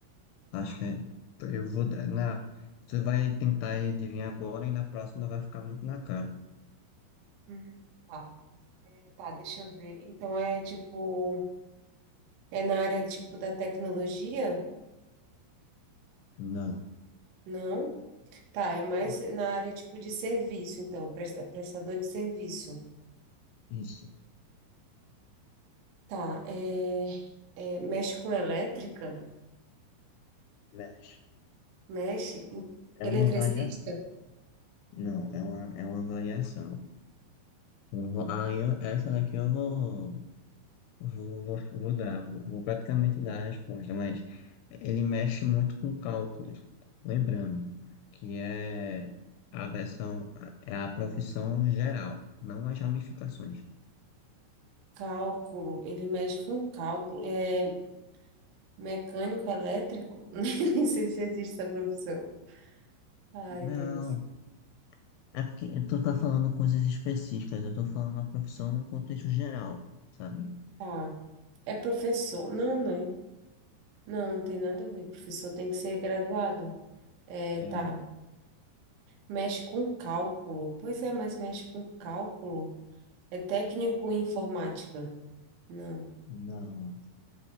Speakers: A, on the left; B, on the right.
A: Acho que é- eu vou. Na, você vai tentar adivinhar agora e na próxima vai ficar muito na cara.
B: hum, tá. Tá, deixa eu ver. Então é tipo, é na área tipo da tecnologia?
A: Não,
B: Não? Tá, é mais
A: não.
B: na área tipo de serviço, então, presta- prestador de serviço.
A: Isso,
B: Tá, é, é, mexe com elétrica,
A: mexe.
B: mexe,
A: É uma
B: eletricista,
A: variação. Não, é uma, é uma variação. Eu vou- Aí eu- essa daqui eu vou, vou, vou, vou dar, vou, vou praticamente dar a resposta, mas ele mexe muito com cálculos. Lembrando que é a versão, é a profissão geral, não as ramificações.
B: cálculo, ele mexe com cálculo, é mecânico elétrico, <laughs> nem sei se existe essa profissão. Ai,
A: Não,
B: Deus.
A: é porque tu tá falando coisas específicas, eu tô falando a profissão no contexto geral, sabe?
B: Tá, é professor, não, né? Não, não tem nada a ver, professor tem que ser graduado. É,
A: É,
B: tá, mexe com cálculo, pois é, mas mexe com cálculo. É técnico em informática, não.
A: não.